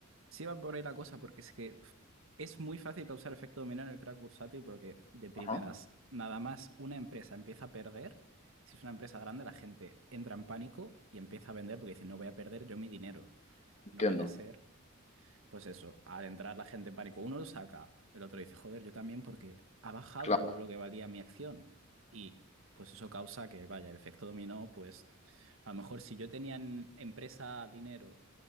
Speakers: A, on the right; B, on the left.
A: Sí va por ahí la cosa, porque es que pf, es muy fácil causar efecto dominó en el crack bursátil porque de primeras,
B: Ajá,
A: nada más una empresa empieza a perder, si es una empresa grande, la gente entra en pánico y empieza a vender porque dice, no voy a perder yo mi dinero,
B: entiendo,
A: no vaya a ser, pues eso, al entrar la gente en pánico, uno lo saca, el otro dice, joder, yo también porque ha bajado
B: claro.
A: lo que valía mi acción y pues eso causa que, vaya, el efecto dominó pues a lo mejor si yo tenía en empresa dinero